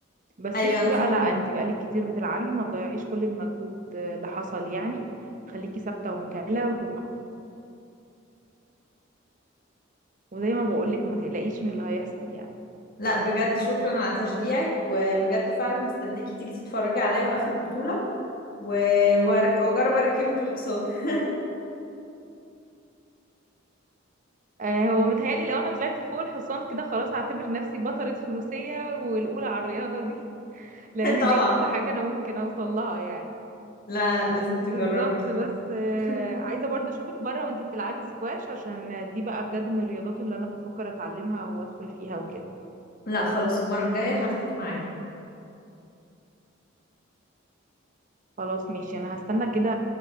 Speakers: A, on the right (about 40°); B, on the left (about 45°).
A: بس
B: ايوه
A: انتي
B: انا
A: بقى
B: فاهمه
A: لا انتي بقالك كتير بتلعبي ما تضيعيش كل المجهود آه، اللي حصل يعني خليكي ثابته ومكمله و- وزي ما بقولك ما تقلقيش من اللي هيحصل يعني
B: لا بجد شكرا على تشجيعك وبجد فعلا هستناكي تيجي تتفرجي عليا بقى في البطولة و... وأرك... واجرب اركبك الحصان <laughs>
A: آه هو متهيألي لو انا طلعت فوق الحصان كده خلاص هعتبر نفسي بطلة فروسية والاولى على الرياضة دي لان
B: طبعا
A: دي اقصى حاجة انا ممكن اوصل لها يعني
B: لا لا لازم تجربي
A: بالظبط
B: خ...
A: بس آه
B: <laughs>
A: عايزة برضه اشوفك بره وانتي بتلعبي سكواش عشان دي بقى بجد من الرياضات اللي انا بفكر اتعلمها وادخل فيها وكده
B: لا خلاص المرة الجاية هاخدك معايا
A: خلاص ماشي انا هستنى كده